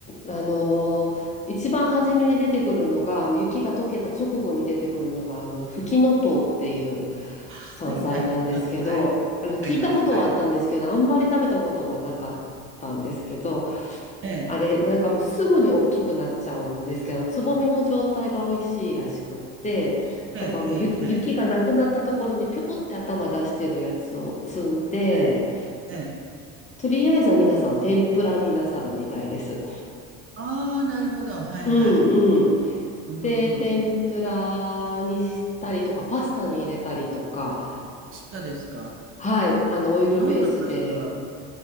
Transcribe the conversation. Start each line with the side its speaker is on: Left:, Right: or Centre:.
Left: あのー一番初めに出てくるのが、あの雪が溶けた直後に出てくるのが、あの、フキノトウっていう
Right: はいはい。
Left: 山菜なんですけど、
Right: ちょっと、はい。わ
Left: あの、聞いたことはあったんですけど、
Right: かります。はい。
Left: あんまり食べたことはなかったんですけど、
Right: ええ、
Left: あれ、なんかもうすぐに大きくなっちゃうんですけど、つぼみの状態が美味しいらしくって、
Right: ええ、
Left: だからもうゆ雪がなくなったところにぴょこって頭出してるやつを摘んで、
Right: ええ、ええ、ええ。
Left: とりあえずは皆さん天ぷらになさるみたいです。
Right: ああ、なるほど。はいはい。
Left: うんうん。
Right: うんうんうん。
Left: で、天ぷらにしたりとか、
Right: パ
Left: パスタに入れたりとか、
Right: スタですか。
Left: はい、あの、オイルベースで、
Right: どんなパスタ